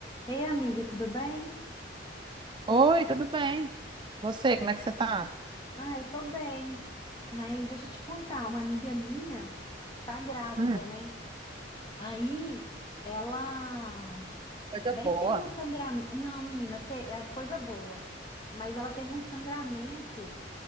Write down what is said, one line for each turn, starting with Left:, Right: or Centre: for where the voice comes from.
Left: Ei, amiga, tudo bem?
Right: Oi, tudo bem? Você, como é que você tá?
Left: Ah, eu tô bem. Mas deixa eu te contar, uma amiga minha tá grávida,
Right: Hum,
Left: né? Aí ela
Right: Coisa
Left: bem
Right: boa.
Left: teve um sangramento. Não, menina, te... é coisa boa. Mas ela teve um sangramento